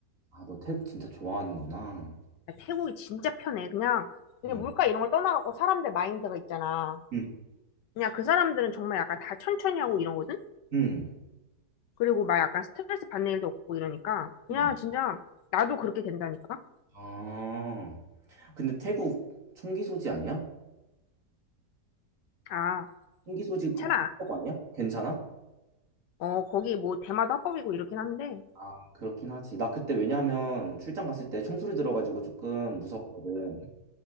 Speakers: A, on the right; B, on the left.
A: 아, 너 태국 진짜 좋아하는구나.
B: 야, 태국이 진짜 편해. 그냥, 그냥
A: 응,
B: 물가 이런 걸 떠나갖고 사람들 마인드가 있잖아.
A: 응,
B: 그냥 그 사람들은 정말 약간 다 천천히 하고 이러거든?
A: 응,
B: 그리고 막 약간 스트레스 받는 일도 없고 이러니까. 그냥
A: 응.
B: 진짜 나도 그렇게 된다니까?
A: 아, 근데 태국 총기 소지 아니야?
B: 아,
A: 총기 소지
B: 괜찮아.
A: 합법 아니야? 괜찮아?
B: 어, 거기 뭐 대마도 합법이고 이렇긴 한데,
A: 아, 그렇긴 하지. 나 그때 왜냐하면 출장 갔을 때 총소리 들어가지고 조금 무서웠거든.